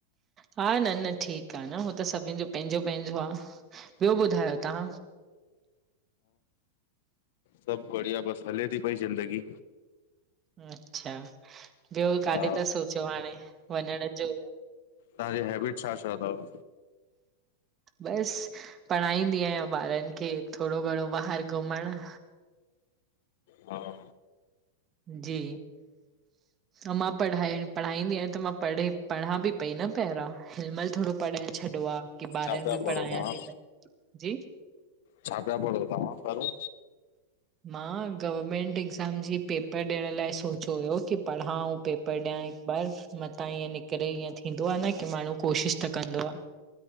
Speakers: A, on the right; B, on the left.
A: हा न न ठीक आ न हू त सभिन जो पेंजो पेंजो आह। ॿियो ॿुधायो तां?
B: सब बढ़िया बस हले थी पई ज़िंदगी
A: अच्छा, ॿियो काॾे
B: हा
A: था सोचियो हाणे वञण जो?
B: तांजी हेबिट छा सा थव?
A: बस पढ़ाईंदी अहियां ॿारनि खे थोरो घणो ॿाहिर घुमणु
B: हा
A: जी अ मां पढ़ाए पढ़ाईंदी आहियां त मां पढ़े पढ़ां बि पई न पहिरां हिनमल थोरो पढ़ाएण छॾियो आ। की
B: छा
A: ॿारनि
B: पिया
A: बि
B: पढ़ो
A: पढ़ायां
B: तव्हां?
A: थी त, जी
B: छा पिया पढों तव्हां पहिरो?
A: मां गवर्मेंट एक्ज़ाम जी पेपर ॾियण लाइ सोचियो हुयो की पढ़ां अंऊ पेपर ॾियां ऐं बस मंता ईअं निकरे ईअं थींदो आ न की माण्हू कोशिश त कंदो आह।